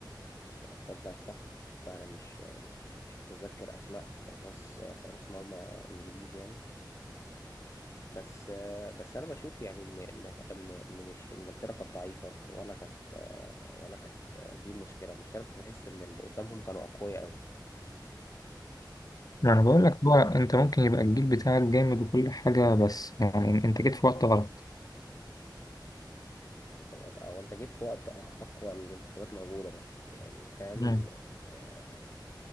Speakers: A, on the left (about 35°); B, on the left (about 50°).
A: تصدق صح فانا مش مش مش متذكر اسماء حراس حراس مرمى انجليزي يعني بس آه، بس انا بشوف يعني ان ان ان إن مش انجلترا كانت ضعيفه ولا كانت آه، ولا كانت آه، دي مشكله المشكله كنت بحس ان اللي قدامهم كانوا اقوياء قوي
B: ما
A: يعني
B: أنا بقول لك هو أنت ممكن يبقى الجيل بتاعك جامد وكل حاجة بس يعني أنت جيت في وقت غلط
A: هو هو انت جيت في وقت اقوى المنتخبات موجوده بقى يعني فاهم
B: مم.
A: آه،